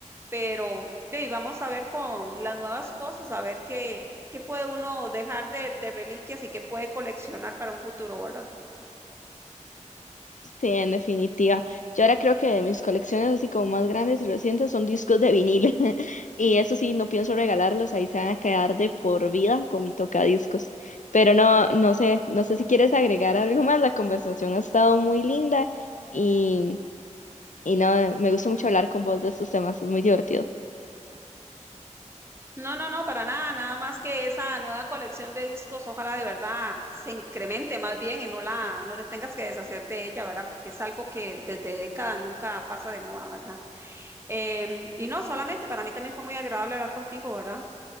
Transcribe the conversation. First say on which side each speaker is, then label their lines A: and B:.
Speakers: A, on the right; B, on the left.
A: Pero ey, vamos a ver con las nuevas cosas, a ver qué, qué puede uno dejar de, de reliquias y qué puede coleccionar para un futuro, ¿verdad?
B: Sí, en definitiva. Yo ahora creo que de mis colecciones así como más grandes y recientes son discos de vinil. <laughs> Y eso sí, no pienso regalarlos, ahí se van a quedar de por vida con mi tocadiscos. Pero no, no sé, no sé si quieres agregar algo más. La conversación ha estado muy linda y, y no, me gusta mucho hablar con vos de estos temas, es muy divertido.
A: No, no, no, para nada, nada más que esa nueva colección de discos, ojalá de verdad se incremente más bien y no la, no te tengas que deshacer de ella, ¿verdad? Porque es algo que desde décadas nunca pasa de moda, ¿verdad? Em, y no, solamente para mí también fue muy agradable hablar contigo, ¿verdad?